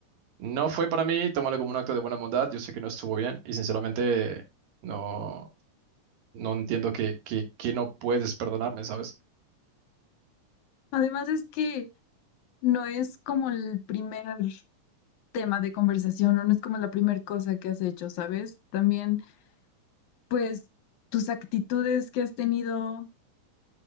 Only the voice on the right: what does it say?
no fue para mí, tómalo como un acto de buena bondad, yo sé que no estuvo bien y sinceramente no no entiendo que que, que no puedes perdonarme, ¿sabes?